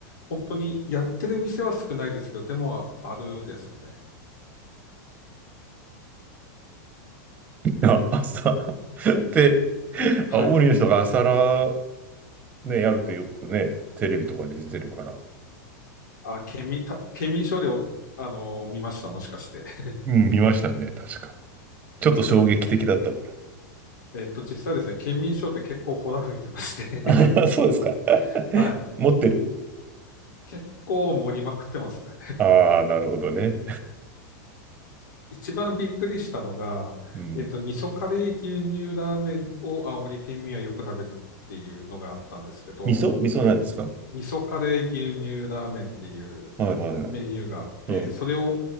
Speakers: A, on the left; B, on the right.
A: 本当にやってる店は少ないですけど、でもあるですね。
B: あ、朝って <laughs>、
A: はい。
B: あ、大リの人が朝ラね、やるとよくね、テレビとかで出てるから。
A: あ、県民、た県民シでお、あのー見ました、もしかして。<laughs>
B: うん、見ましたね、確か。ちょっと衝撃的だったから。
A: えっと、実はですね、県民賞って結構ほら吹いてまして
B: <laughs> あそうですか。
A: <laughs>
B: <laughs>
A: はい。
B: 持ってる
A: 結構盛りまくってますね。
B: ああー、なるほどね。
A: 一番びっくりしたのが、
B: <laughs> うん。
A: えっと、味噌カレー牛乳ラーメンを青森県民はよく食べるっていうのがあったんですけど、
B: 味噌味噌なんですか
A: 味噌カレー牛乳ラーメンっていう
B: はいはいはい。
A: メニューがあって、
B: うん、
A: それを